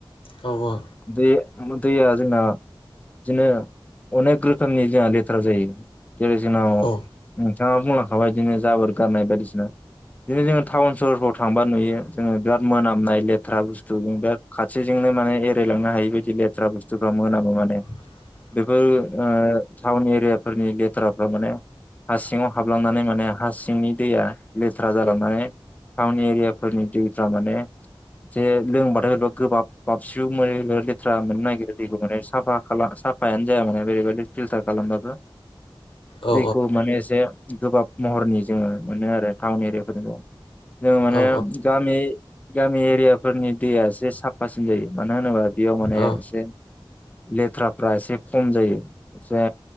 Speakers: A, on the left; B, on the left.
A: औ औ
B: दै दैया जोंना जेने बिदिनो अनेक रोखोमनि जोंना लेथ्रा जायो जेरै जोंनाव
A: औ
B: नोंथाङा बुंलांखाबाय बिदिनो जाबोर गारनाय बायदिसिना बिदिनो जोङो टाउन सहरफ्राव थांबा नुयो जोङो बिराद मोनामनाय लेथ्रा बुस्थु <unintelligible> खाथिजों माने एरायलांनो हायो बायदि लेथ्रा बुस्थुफ्रा मोनामो माने।
A: <inaudible>
B: बेफोर ओ टाउन एरियाफोरनि लेथ्राफ्रा माने हा सिङाव हाबलांनानै माने हासिंनि दैया लेथ्रा जालांनानै टाउन एरियाफोरनि दैफोरा माने जे लोंबाथायबा गोबाब बाबसिउ मोनो लेथ्रा मोन नागिरो दैखौ माने साफा खाला साफायानो जाया माने ओरैबायादि फिल्टार खालामबाबो <inaudible>
A: औ
B: दैखौ माने एसे गोबाब महरनि जोङो मोनो आरो टाउन एरियाफोरनिखौ। जोङो माने
A: औ
B: गामि गामि एरियाफोरनि दैया एसे साफासिन जायो मानो होनोबा बेयाव माने
A: औ
B: एसे लेथ्राफ्रा एसे खम जायो। जा